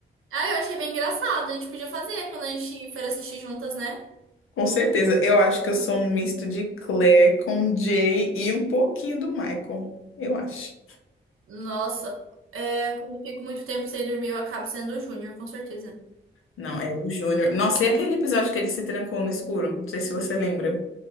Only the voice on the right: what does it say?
Ah, eu achei bem engraçado. A gente podia fazer quando a gente for assistir juntas, né?
Nossa, é, quando eu fico muito tempo sem dormir, eu acabo sendo o Júnior, com certeza.